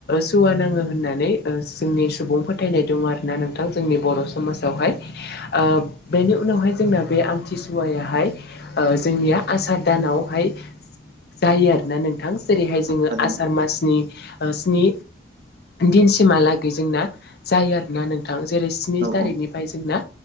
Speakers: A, on the left; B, on the right.
A: सुवा नाङो होननानै जोंनि सुबुं फोथायनाय दङ आरो ना नों नथां जोंनि बर' समाजावहाय आ बेनि उनावहाय जोंना बे आमथिसुवायाहाय जोंनिया आसार दानावहाय जायो आरोना नोंथां जेरैहाय जोङो
B: थारैनो
A: आसार मासनि स्नि दिनसिमहालागै जोंना जायो आरोना नोंथां जेरै स्नि
B: औ
A: थारिखनि
B: औ
A: ओमफ्राय जोंना